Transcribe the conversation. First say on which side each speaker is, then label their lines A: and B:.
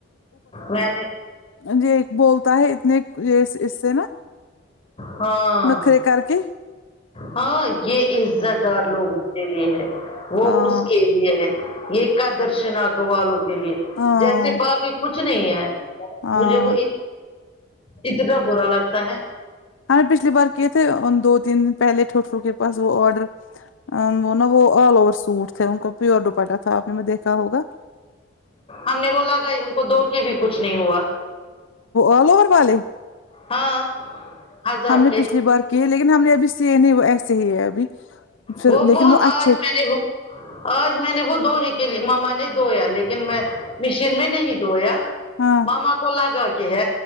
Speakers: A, on the left; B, on the left.
A: میں نے
B: جی بولتا ہے اتنے یے اس سے نا
A: ہاں
B: نخرے کر کے
A: ہاں یے عزت دار لوگوں کے لیے ہے وہ
B: ہاں
A: اس کے لیے ہے یے کا درشناک والوں کے لیے
B: ہاں
A: جیسے باقی کچھ نہیں ہے
B: ہاں
A: مجھے وہ اتنا برا لگتا ہے
B: ہم نے پچھلی بار کیے تھے دو تین دن پہلے ٹوٹرو کے پاس وہ آرڈر وہ نا وہ آل ور سوٹ تھے ان کو پیور ڈپاٹا تھا آپ نے میں دیکھا ہوگا
A: ہم نے وہ لگا ہی ان کو دھو کے بھی کچھ نہیں ہوا
B: آل اوور والے
A: ہاں ہزار
B: ہم نے
A: کے
B: پچھلی بار کی ہے لیکن ہم نے ابھی سے نہیں ایسے ہی ہے ابھی پھر
A: وہ
B: لیکن
A: وہ
B: اچھے
A: آج میں نے وہ آج میں نے وہ دھونے کے لیے ماما نے دھویا لیکن میں مشین میں نہیں دویا
B: ہاں
A: ماما کو لاگا کے ہے